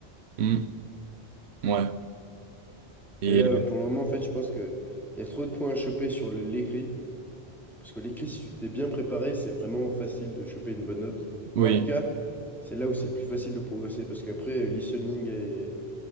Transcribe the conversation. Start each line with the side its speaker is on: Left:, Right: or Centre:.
Right: Hmm, ouais. Et,
Centre: Mais là, pour le moment, en fait, je pense que il y a trop de points à choper sur le- l'écrit. Parce que l'écrit, si tu t'es bien préparé, c'est vraiment facile de choper une bonne note.
Right: oui.
Centre: Enfin, en tout cas, c'est là où c'est le plus facile de progresser. Parce qu'après, euh, listening et,